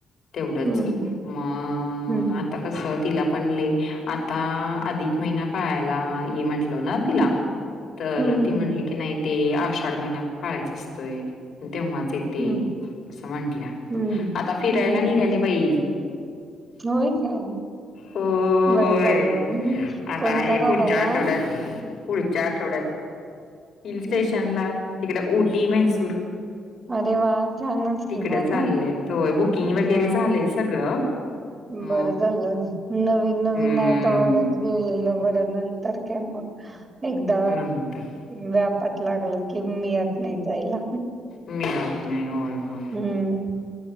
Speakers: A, on the left; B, on the right.
A: तेवढच
B: हम्म.
A: मग
B: हम्म
A: आता कस तिला पण लयी आता अधिक महिना पाळायला ये म्हंटलं ना तिला तर
B: हम्म
A: ती
B: हम्म
A: म्हटली की नाही ते आषाढ महिना पाळायच असतोय तेव्हा ते
B: हम्म
A: असं म्हंटल्या
B: हम्म हम्म.
A: आता फिरायला
B: हम्म
A: निघाले बाई
B: होय काय?
A: होय
B: बरं झालं
A: आता
B: कोणत्या
A: आहे
B: गावाला?
A: पुढच्या आठवड्यात पुढच्या आठवड्यात हिल स्टेशनला
B: हम्म
A: तिकडे ऊटी म्हैसूर.
B: हम्म अरे वा छानच
A: तिकड
B: की मग
A: चाललेत होय बुकिंग वगैरे
B: वा
A: झालंय
B: वा.
A: सगळं. मग
B: बरं झालं नवीन नवीन
A: हम्म
B: आहे तोवरच गेलेलं बरं नंतर काय मग एकदा
A: नंतर
B: व्यापात लागलं की मिळत नाही जायला.
A: मिळत नाही होय होय
B: हम्म..